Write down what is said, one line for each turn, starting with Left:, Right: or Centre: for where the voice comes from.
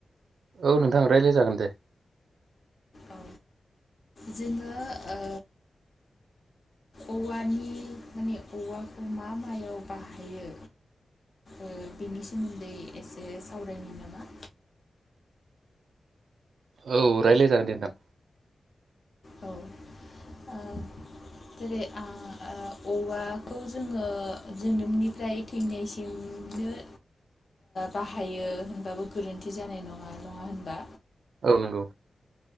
Right: औ नोंथां रायज्लाय जागोन दे।
Left: औ जोङो ओ औवानि माने औवाखौ मा मायाव बाहायो ओ बेनि सोमोन्दै एसे सावरायनि नामा?
Right: औ रायलाय जागोन दे नोंथां।
Left: औ ओ जेरै आ ओ औवाखौ जोङो जोनोमनिफ्राय थैनायसिमनो ओ बाहायो होनबाबो गोरोन्थि जानाय नङा। नङा होनबा?
Right: औ नंगौ।